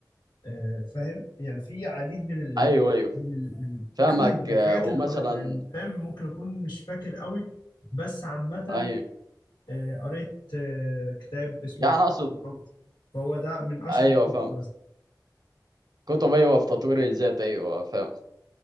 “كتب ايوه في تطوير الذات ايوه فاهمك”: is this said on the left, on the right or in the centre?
Right